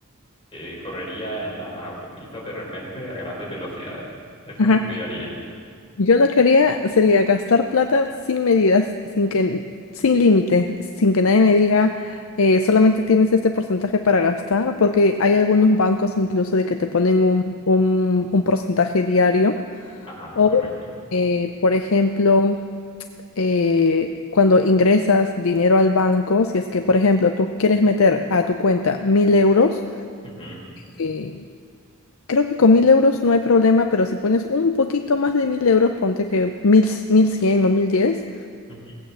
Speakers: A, on the left (about 25°); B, on the left (about 70°).
A: eh, correría en las autopistas de repente a grandes velocidades. Eso es
B: Ajá.
A: algo que yo haría.
B: Yo lo que haría sería gastar plata sin medidas, sin que, sin límite, sin que nadie me diga, eh, solamente tienes este porcentaje para gastar, porque hay algunos bancos incluso de que te ponen un, un- un porcentaje diario.
A: Ajá,
B: O,
A: correcto.
B: eh, por ejemplo, eh, cuando ingresas dinero al banco, si es que, por ejemplo, tú quieres meter a tu cuenta mil euros,
A: Ujú,
B: eh, Creo que con mil euros no hay problema, pero si pones un poquito más de mil euros, ponte que mil, mil cien o mil diez,
A: ujú.